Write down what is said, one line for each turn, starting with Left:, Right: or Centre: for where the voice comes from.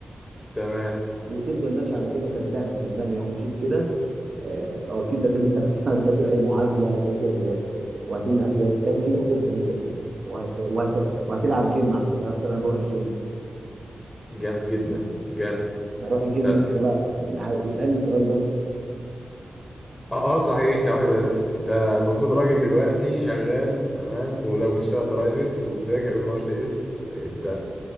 Left: تمام
Right: وتفضل ماشي على كده صدقني صدقني لو مشيت كده آه، اؤكد لك ان انت هت- <laughs> هتذاكر اي معادله هتذاكر وهتنجح فيها تعمل اي حاجه انت نفسك فيها وهت... وهت... وهتلعب جيم على فكره على فكره انا بروح الجيم
Left: جامد جدا جامد
Right: بروح الجيم
Left: طب
Right: امتى بقى يعني عاي- اسالني السؤال ده
Left: اه آه، صحيح ثواني بس انت المفروض راجل دلوقتي شغال تمام ولو بتشتغل برايفت وبتذاكر ام ار سي اس انت